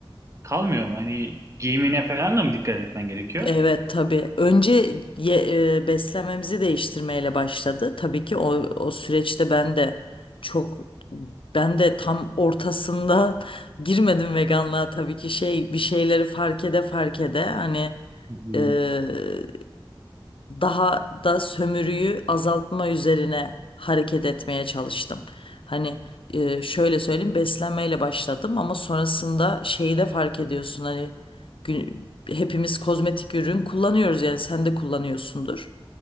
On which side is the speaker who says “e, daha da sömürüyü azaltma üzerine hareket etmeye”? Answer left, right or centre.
Left